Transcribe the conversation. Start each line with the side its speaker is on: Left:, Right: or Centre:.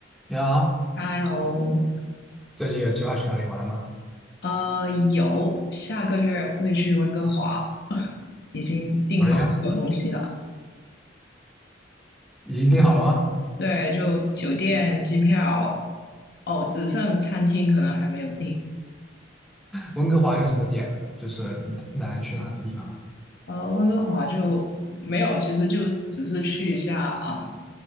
Centre: 你好，
Left: 哈喽，
Centre: 最近有计划去哪里玩吗？
Left: 呃，有下个月会去温哥华，已经订好所有东西了。
Centre: 可以啊，已经定好了吗？
Left: 对，就酒店、机票，哦，只剩餐厅可能还没有订。
Centre: 温哥华有什么点？就是你打算去哪些地方啊？
Left: 呃，温哥华就没有，其实就只是去一下，嗯，